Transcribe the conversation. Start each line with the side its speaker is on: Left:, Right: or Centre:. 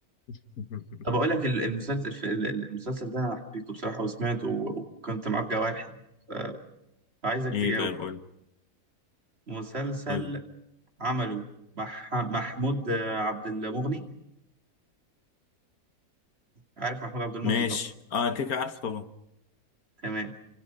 Left: <laughs>
Right: طب اقول لك ال- المسلسل في ال- ال- المسلسل ده انا حبيته بصراحه وسمعته و- وكنت معاه بجوارحي ف- فعايزك
Left: ايه
Right: تجاوب
Left: طيب قول
Right: بقى. مسلسل
Left: قول لي
Right: عمله مح... محمود عبد المغني عارف محمود عبد المغني
Left: ماشي
Right: طبعا
Left: اه كيك عارف طبعا
Right: تمام